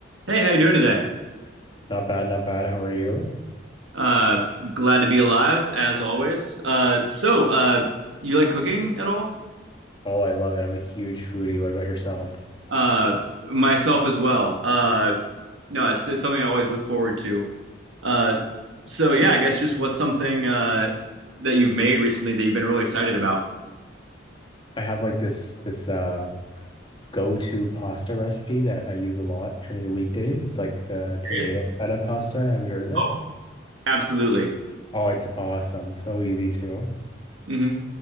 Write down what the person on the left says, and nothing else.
Not bad, not bad. How are you?
Oh, I love it. I'm a huge foodie. What about yourself?
I have like this this uh go-to pasta recipe that I use a lot during the weekdays. It's like the
tomato feta pasta. Have you heard of it?
Oh, it's awesome. So easy too.